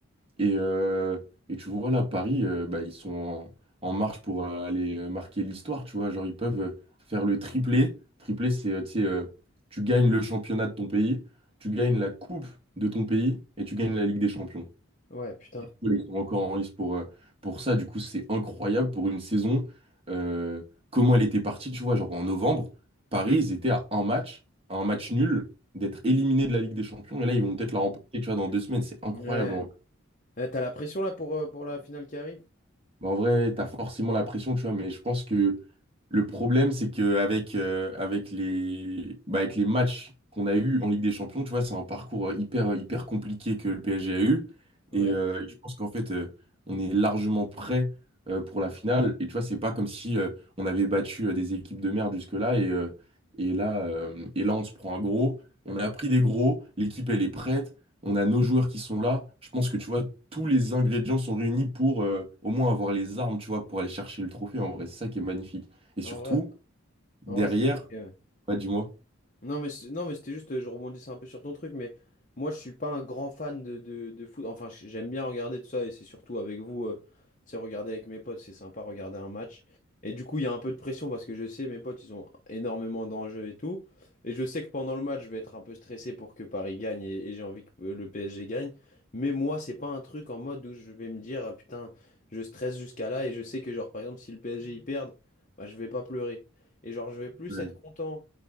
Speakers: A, on the right (about 25°); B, on the left (about 35°).
A: Et, euh, et tu vois, là, Paris, euh, bah, ils sont en, en marche pour euh, aller euh, marquer l'histoire, tu vois. Genre, ils peuvent euh, faire le triplé. Triplé, c'est, euh, tu sais, euh, tu gagnes le championnat de ton pays, tu gagnes la coupe de ton pays et tu gagnes la Ligue des Champions.
B: Ouais, putain.
A: Voilà, Ils sont encore en lice pour, euh, pour ça. Du coup, c'est incroyable pour une saison. euh, comment elle était partie, tu vois, genre en novembre, Paris, ils étaient à un match, à un match nul, d'être éliminés de la Ligue des Champions. Et là, ils vont peut-être la remporter, tu vois, dans deux semaines. C'est incroyable.
B: Ouais. Ouais, t'as la pression là pour, euh, pour la finale qui arrive?
A: Bah, en vrai, t'as forcément la pression, tu vois, mais je pense que le problème, c'est qu'avec avec euh, avec les, bah, avec les matchs qu'on a eus en Ligue des Champions, tu vois, c'est un parcours euh, hyper, euh, hyper compliqué que le PSG a eu.
B: Ouais.
A: Et euh, je pense qu'en fait, euh, on est largement prêt euh, pour la finale. Et tu vois, c'est pas comme si euh, on avait battu euh, des équipes de merde jusque-là. Et, euh, et là, euh, et là, on se prend un gros. On a pris des gros. L'équipe, elle est prête. On a nos joueurs qui sont là. Je pense que, tu vois, tous les ingrédients sont réunis pour euh, au moins avoir les armes, tu vois, pour aller chercher le trophée. En vrai, c'est ça qui est magnifique. Et
B: En
A: surtout,
B: vrai,
A: derrière,
B: en vrai, c'est stylé. ouais.
A: ouais, dis-moi.
B: Non, mais c'est- non, mais c'était juste, euh, je rebondissais un peu sur ton truc, mais moi, je suis pas un grand fan de, de, de foot. Enfin, j- j'aime bien regarder tout ça, et c'est surtout avec vous, euh, tu sais, regarder avec mes potes, c'est sympa, regarder un match. Et du coup, il y a un peu de pression parce que je sais, mes potes, ils ont énormément d'enjeux et tout. Et je sais que pendant le match, je vais être un peu stressé pour que Paris gagne et, et j'ai envie que euh, le PSG gagne. Mais moi, c'est pas un truc en mode où je vais me dire, Ah, putain, je stresse jusqu'à là, et je sais que, genre, par exemple, si le PSG y perd, bah, je vais pas pleurer. Et genre, je vais plus
A: Ouais.
B: être content